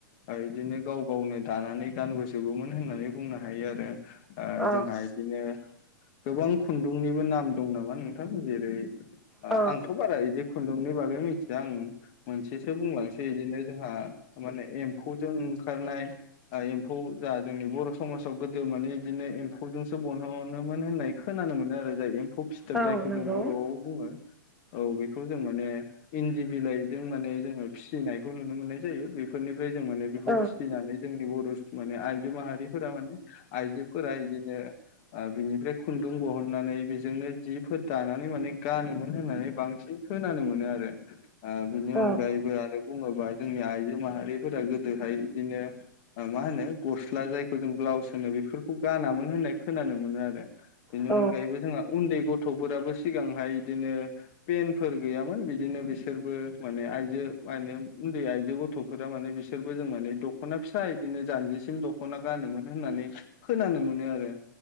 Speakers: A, on the left; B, in the centre.
A: ओ इदिनो गाव गावनो दानानै गानबोजोबोमोन होननानै बुंनो हायो आरो। ओ
B: औ
A: जोंहा इदिनो गोबां खुन्दुंनिबो नाम दं नामा नोंथां जेरै ओ
B: औ
A: आंथ' बारा इदि खुन्दुंनि बागै मिथिया आं मोनसेसो बुंलांसै बिदिनो जोंहा माने एम्फौजों ओंखारनाय ओ एम्फौ जा जोंनि बर' समाजाव गोदो माने इदिनो एम्फौजों सो बनहनोमोन होननाय खोनानो मोनो आरो जाय एम्फौ फिथोब
B: औ
A: जायखौ
B: नंगौ
A: जों बर'आव बुङो। औ बेखौ जों माने इन्दि बिलाइजों माने जोङो फिसिनायखौ नुनो मोननाय जायो बे फोरनिफ्राय जों माने बेखौ
B: औ
A: फिसिनानै जोंनि बर' माने आइजो माहारिफोरा माने आइजोफोरा इदिनो ओ बिनिफ्राय खुन्दुं बहननानै बेजोंनो जिफोर दानानै माने गानोमोन होननानै बांसिन खोनानो मोनो आरो ओ बिनि
B: औ
A: अनगायैबो आरो बुङोबा जोंनि आइजो माहारिफोरा गोदोहाय इदिनो मा होनो गस्ला जायखौ जों ब्लाउस होनो बेफोरखौ गानामोन होननाय खोनानो मोनो आरो बेनि
B: औ
A: अनगायैबो जोंहा उन्दै गथ'फोराबो सिगांहाय इदिनो पेनफोर गैयामोन बिदिनो बिसोरबो माने आइजो म उन्दै आइजो गथ' फोरा माने बिसोरबो जों माने दख'ना फिसा इदिनो जानजिसिम दख'ना गानोमोन होननानै खोनानो मोनो आरो